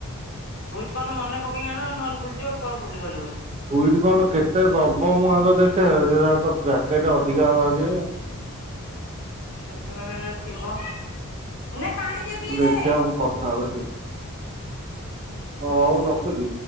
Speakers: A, on the left; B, on the right.
A: ସୁଇଟି କରନ ମନେ ପକେଇକି ଆଣ ନହେଲେ ଭୁଲଯିବ ହେଟୁ କହିବ ଭୁଲିଗଲି ବୋଲି।
B: ସୁଇଟ କନ କେତେ ଦବ ମୁଁ ଆଗ ଦେଖେ ହେରାତ ପାକେଟ ଅଧିକା ଯେ।
A: ଛୋଟ ପାକେଟେ ଯଦି ଥିବ। ନେ ପାଣି ଟିକେ ପିଇ
B: ଦେଖିବା
A: ଦେ।
B: ମୁଁ କଥା ହୁଏ ଦେଖ
A: ହଉ
B: ରଖୁଛି।